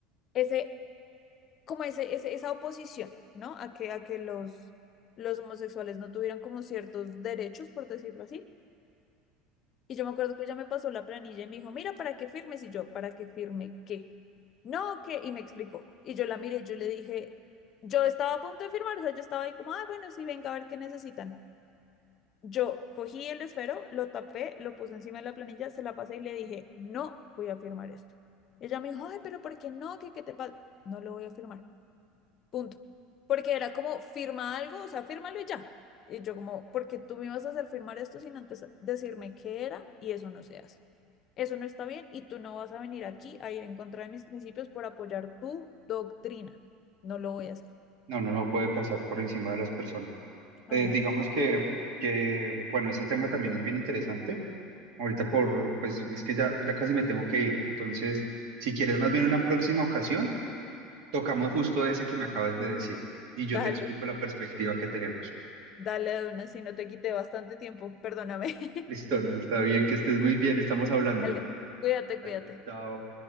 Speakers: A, on the left (about 45°); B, on the right (about 60°).
A: ese, como ese, ese- esa oposición, ¿no? A que, a que los, los homosexuales no tuvieran como ciertos derechos, por decirlo así. Y yo me acuerdo que ella me pasó la planilla y me dijo, mira, ¿para qué firmes? Y yo, ¿para qué firme qué? No, ¿qué? Y me explicó. Y yo la miré y yo le dije, yo estaba a punto de firmar, o sea, yo estaba ahí como, ah, bueno, sí, venga a ver qué necesitan. Yo cogí el esfero, lo tapé, lo puse encima de la planilla, se la pasé y le dije, no voy a firmar esto. Ella me dijo, ay, pero ¿por qué no? ¿Qué, qué te pasa? No lo voy a firmar, punto. Porque era como, firma algo, o sea, fírmalo y ya. Y yo como, porque tú me vas a hacer firmar esto sin antes decirme qué era y eso no se hace. Eso no está bien y tú no vas a venir aquí a ir en contra de mis principios por apoyar tu doctrina. No lo voy a hacer.
B: No, no, no puede pasar por encima de las personas.
A: Imagínate.
B: Eh, digamos que, que, bueno, ese tema también es bien interesante. Ahorita por, pues es que ya, ya casi me tengo que ir. Entonces, si quieres más bien una próxima ocasión, tocamos justo ese que me acabas de decir y yo
A: Dale,
B: te explico la perspectiva que tenemos.
A: dale de una, si no te quité bastante tiempo, perdóname. <laughs>
B: Listo, no, está bien, que estés muy bien, estamos hablando.
A: Dale, cuídate,
B: Dale,
A: cuídate.
B: chao.